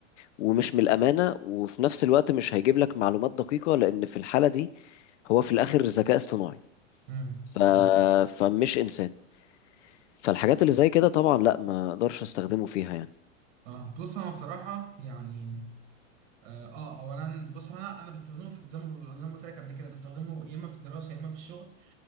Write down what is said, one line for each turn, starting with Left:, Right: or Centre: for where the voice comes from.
Left: ومش من الأمانة وفي نفس الوقت مش هيجيب لك معلومات دقيقة لأن في الحالة دي هو في الآخر ذكاء اصطناعي
Right: مم.
Left: ف...
Right: مم.
Left: فمش إنسان فالحاجات اللي زي كده طبعا لا ما اقدرش استخدمه فيها يعني
Right: اه بص انا بصراحة يعني اه آه، اولا بص هو انا انا بستخدمه في زي ما زي ما قلت لك قبل كده بستخدمه يا اما في الدراسه يا اما في الشغل